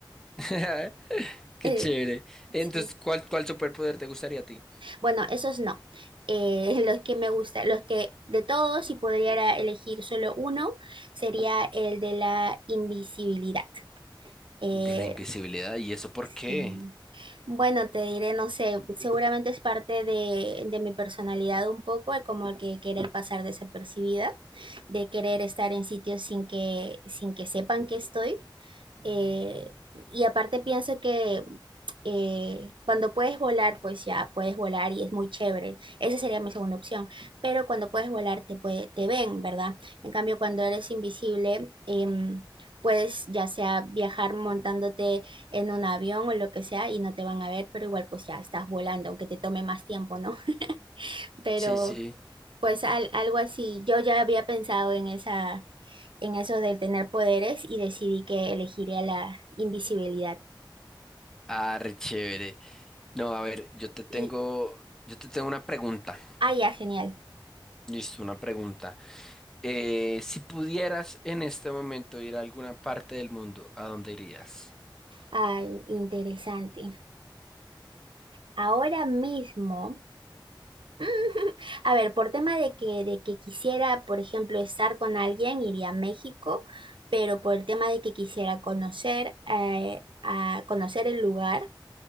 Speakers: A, in the centre; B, on the right.
A: <laughs> Qué
B: Eh,
A: chévere. Entonces,
B: sí.
A: ¿cuál, cuál superpoder te gustaría a ti?
B: Bueno, esos no. Eh, los que me gustan, los que de todos, si pudiera elegir solo uno, sería el de la invisibilidad. Eh,
A: De la invisibilidad, ¿y eso por
B: sí.
A: qué?
B: Bueno, te diré, no sé, seguramente es parte de, de mi personalidad un poco, el como que querer pasar desapercibida, de querer estar en sitios sin que, sin que sepan que estoy. Eh, y aparte pienso que eh, cuando puedes volar, pues ya puedes volar y es muy chévere. Esa sería mi segunda opción. Pero cuando puedes volar, te puede- te ven, ¿verdad? En cambio, cuando eres invisible, em, puedes ya sea viajar montándote en un avión o lo que sea y no te van a ver, pero igual pues ya estás volando, aunque te tome más tiempo, ¿no? <laughs> Pero
A: Sí, sí.
B: pues al- algo así. Yo ya había pensado en esa en eso del tener poderes y decidí que elegiría la invisibilidad.
A: Ah, re chévere. No, a ver, yo te tengo,
B: Y,
A: yo te tengo una pregunta.
B: ah, ya, genial.
A: Listo, una pregunta. Eh, si pudieras en este momento ir a alguna parte del mundo, ¿a dónde irías?
B: Ay, interesante. Ahora mismo, <laughs> a ver, por tema de que, de que quisiera, por ejemplo, estar con alguien, iría a México, pero por el tema de que quisiera conocer, eh, a conocer el lugar,